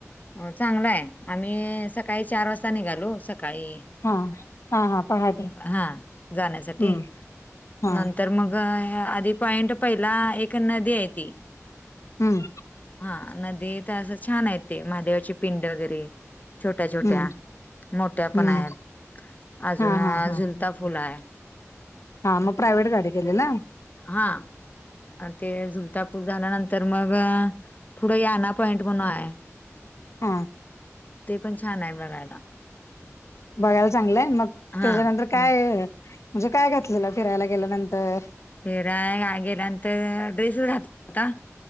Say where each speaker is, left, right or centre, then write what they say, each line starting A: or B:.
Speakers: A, on the left; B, on the left.
A: हो चांगला हाय आम्ही सकाळी चार वाजता निघालो सकाळी
B: हा हा हा पहाटे
A: हा जाण्यासाठी
B: हम्म हा
A: नंतर तर मग आधी पॉईंट पहिला एक नदी आहे ती
B: हम्म
A: हा नदी तर असं छान आहे ते महादेवाचे पिंड वगैरे छोट्या छोट्या
B: हम्म
A: मोठ्या पण
B: हम्म
A: आहेत अजून
B: हा हा हा
A: झुलता फुल आहे
B: हा मग प्रायव्हेट गाडी गेलेला
A: हा ते झुलतापूर झाल्यानंतर मग थोडं याना पॉइंट म्हणून हाय
B: हा
A: ते पण छान आहे बगायला
B: बघायला चांगलंय मग
A: हां,
B: त्याच्यानंतर काय
A: हं.
B: म्हणजे काय घातलेलं फिरायला गेल्यानंतर
A: फिराय गेल्यानंत ड्रेस घातला होता